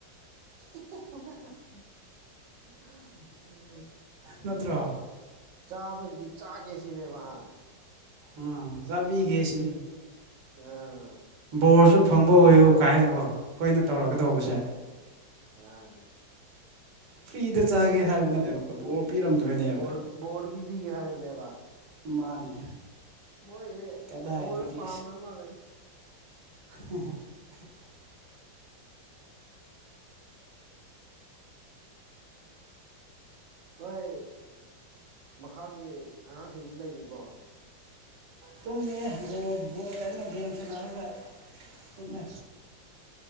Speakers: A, on the right; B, on the right.
A: <inaudible> ꯎ
B: ꯅꯠꯇ꯭ꯔꯣ
A: ꯆꯥꯕꯒꯤ ꯆꯥ ꯀꯩꯁꯤꯅꯦꯕꯍ
B: ꯎꯝ ꯆꯥꯕꯤꯒꯦꯁꯤꯅꯤ
A: ꯑꯥ
B: ꯣꯔꯁꯨ ꯐꯪꯕ ꯑꯣꯏꯌꯨ ꯀꯥꯏꯅꯀꯣ ꯑꯩꯈꯣꯏꯅ ꯇꯧꯔꯒ ꯇꯧꯕꯁꯦ
A: ꯑꯥ
B: ꯐ꯭ꯔꯤꯗ ꯆꯥꯒꯦ ꯍꯥꯏꯕ ꯅꯠꯇꯦꯕ ꯕꯣꯔ ꯄꯤꯔꯝꯗꯣꯏꯅꯦꯕ
A: ꯎꯣꯔ ꯣꯔꯠ ꯄ ꯕꯤꯒꯦ ꯍꯥꯏꯕꯅꯦꯕ
B: ꯃꯥꯅꯦ
A: ꯃꯣꯏꯗꯤꯦ
B: ꯀꯗꯥꯏꯗꯒꯤ
A: ꯕꯣꯔꯁꯦ ꯄꯥꯝꯗꯕ ꯃꯥꯜꯂꯦꯗ
B: <inaudible>
A: ꯅꯣꯏ ꯃꯈꯥꯒꯤ ꯑꯉꯥꯡꯁꯤꯡꯁꯤ ꯂꯩꯔꯤꯕꯣ
B: ꯇꯨꯝꯃꯤꯌꯦꯕꯣ ꯀꯥꯏꯅ ꯒꯦꯝ ꯁꯥꯟꯅꯔꯒ ꯑꯗꯨ ꯃ